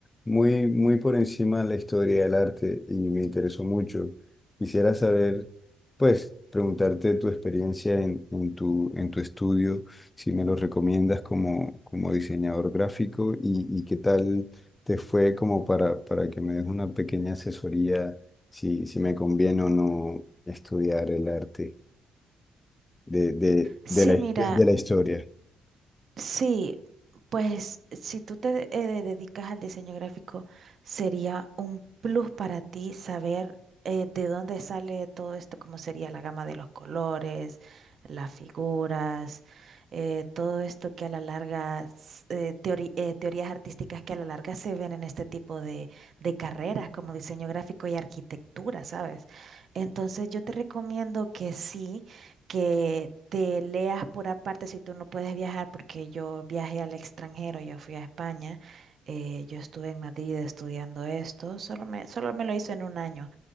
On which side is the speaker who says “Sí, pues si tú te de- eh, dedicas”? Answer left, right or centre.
Right